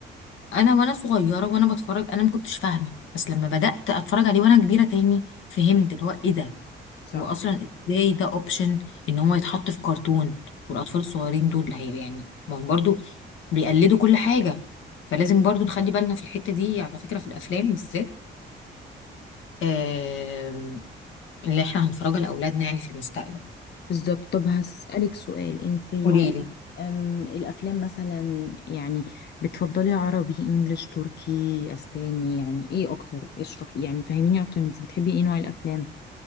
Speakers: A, on the left; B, on the left.
A: انا وانا صغيره وانا بتفرج انا ما كنتش فاهمه بس لما بدات اتفرج عليه وانا كبيره تاني فهمت اللي هو ايه ده
B: صح
A: هو اصلا ازاي ده اوبشن ان هو يتحط في كرتون والاطفال الصغيرين دول اللي هي يعني ما هم برضو بيقلدوا كل حاجه فلازم برضو نخلي بالنا في الحته دي على فكره في الافلام بالذات آم، اللي احنا هنفرجها لاولادنا يعني في المستقبل
B: بالظبط طب هسألك سؤال انت
A: قولي لي
B: أم الافلام مثلا يعني بتفضلي عربي انجليش تركي اسباني يعني ايه اكتر اشرحي يعني فهميني اكتر انت بتحبي ايه نوع الافلام